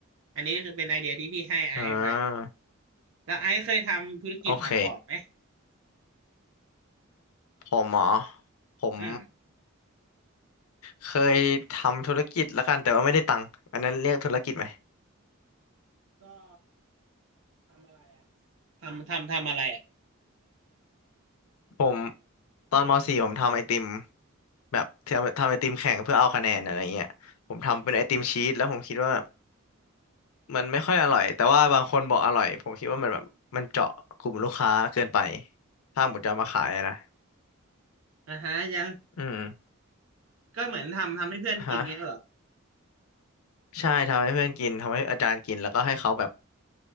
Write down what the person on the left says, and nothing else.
อ่า
โอเคผมเหรอผม
เคยทำธุรกิจละกันแต่ว่าไม่ได้ตังค์อันนั้นเรียกธุรกิจไหม
ผมตอนม .4 ผมทำไอติมแบบทำทำไอติมแข่งเพื่อเอาคะแนนอะไรเงี้ยผมทำเป็นไอติมชีสแล้วผมคิดว่าแบบ มันไม่ค่อยอร่อยแต่ว่าบางคนบอกอร่อยผมคิดว่ามันแบบมันเจาะกลุ่มลูกค้าเกินไปถ้าหมดจะเอามาขายอะนะ
อืม
ฮะใช่ทำให้เพื่อนกินทำให้อาจารย์กินแล้วก็ให้เขาแบบ